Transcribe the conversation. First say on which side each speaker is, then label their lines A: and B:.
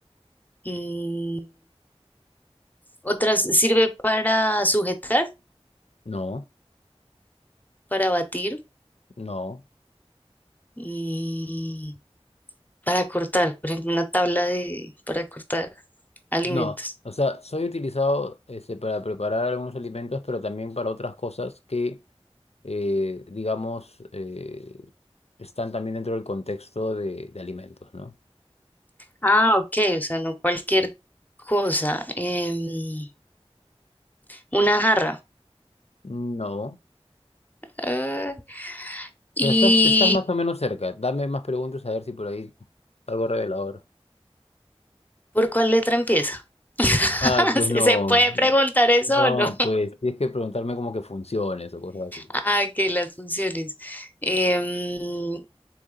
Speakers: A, on the left; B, on the left.
A: Mm, otras sirve para sujetar
B: no,
A: para batir
B: no,
A: y para cortar, por ejemplo, una tabla de, para cortar alimentos.
B: no. O sea, soy utilizado este, para preparar algunos alimentos, pero también para otras cosas que, eh, digamos, eh, están también dentro del contexto de, de alimentos, ¿no?
A: Ah, ok, o sea, no cualquier cosa. em, una jarra.
B: No.
A: Ah, ¿y
B: Pero estás, estás más o menos cerca. Dame más preguntas a ver si por ahí algo revelador.
A: por cuál letra empieza? <laughs>
B: Ay, pues
A: ¿Se
B: no.
A: se puede preguntar eso
B: No,
A: o no?
B: pues tienes que preguntarme cómo que funciones o cosas así.
A: Ah, que las funciones. Em,